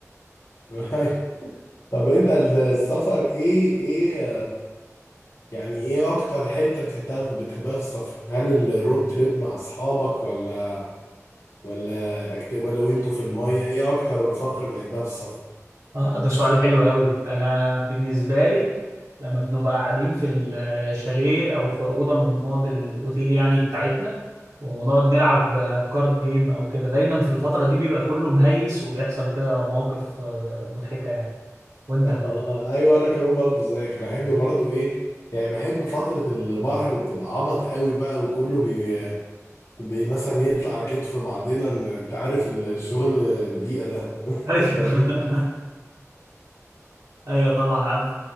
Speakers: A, on the left; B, on the right.
A: <laughs> أيوة. طب انت السفر ايه ايه يعني ايه اكتر حتة بتحبها بتحبها في السفر هل الرود تريب مع اصحابك ولا ولا أكت... ولا وانتوا في المية ايه اكتر فقرة بتحبها في السفر
B: اه ده سؤال حلو قوي انا بالنسبه لي لما بنبقى قاعدين في الشاليه او في اوضه من اوض الاوتيل يعني بتاعتنا ونقعد نلعب كارد جيم او كده دايما في الفتره دي بيبقى كله مهيس وبيحصل كده مواقف آه، مضحكه يعني
A: <laughs>
B: وانت
A: اه ايوه انا كمان برضو زيك انا احب برضو ايه يعني بحب فترة البحر وبتبقى عبط قوي بقى وكله بي... بي مثلا يطلع على كتف بعضنا إن- انت عارف الشغل البيئة ده <laughs>
B: ايوه
A: فاهم
B: <laughs> ايوه طبعا عارف